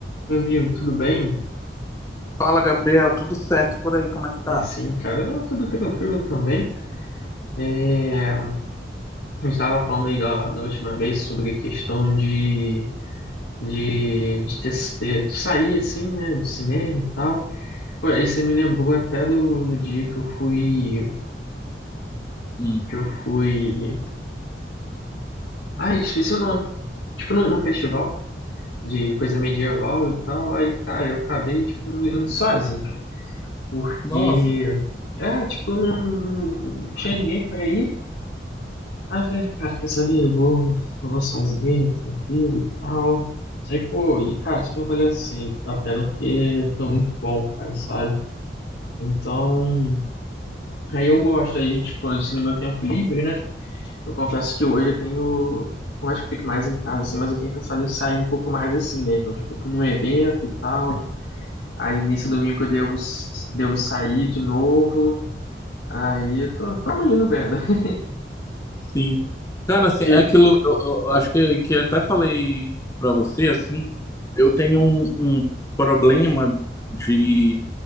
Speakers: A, on the left (about 85°); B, on the left (about 20°).
A: Meu amigo, tudo bem?
B: Fala, Gabriel, tudo certo por aí? Como é que tá?
A: É, sim, cara, não, tudo tranquilo também. É, a gente estava falando aí da, da última vez sobre a questão de, de, de, ter, ter- de sair assim, né, do cinema e tal. Pô, aí você me lembrou até do, do dia que eu fui,
B: Hum.
A: que eu fui... Ai, esqueci o nome. Tipo, num, num festival de coisa medieval e tal. Aí, cara, eu acabei, tipo, indo indo sozinho, porque...
B: Nossa,
A: É, tipo, não, não tinha ninguém para ir. Aí eu falei, ah, cara, quer saber? Eu vou, eu vou sozinho, tranquilo e tal. Aí, pô, e cara, super valeu assim a pena, porque foi muito bom, cara, sabe? Então, aí eu gosto, aí, tipo, assim, no meu tempo livre, né? Eu confesso que hoje eu tenho, eu acho que eu fico mais em casa, assim, mas eu tenho pensado em sair um pouco mais assim, né? Então, tipo, eu fui num evento e tal. Aí nesse domingo eu devo, devo sair de novo. Aí eu tô, tamo indo vendo. <laughs>
B: sim. Cara, assim,
A: Eu-
B: é aquilo, eu, eu- acho que, que até falei pra você, assim, eu tenho um, um problema de